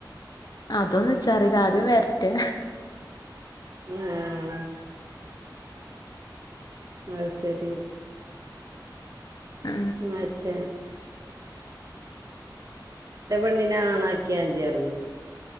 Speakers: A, on the left; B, on the right.
A: അതൊന്ന് ച്ചാറിയില്ല ആദ്യം വരട്ടെ
B: ഉം അത് ശെരി
A: ആ
B: മറ്റേ എൻ്റെ പെണ്ണിനെ ആണാക്കിയാ മതിയായിരുന്നു